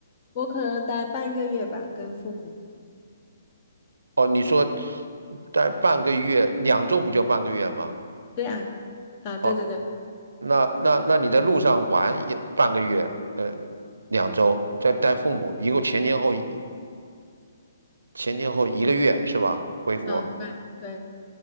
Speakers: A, on the left (about 35°); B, on the right (about 85°).
A: 我可能待半个月吧，跟父母。
B: 哦，你说待半个月，两周不就半个月吗？
A: 对啊，啊，对对对，
B: 哦，那那那你在路上玩也半个月，呃，两周，再带父母，一共前前后一前前后一个月是吧？回国。
A: 啊，对对，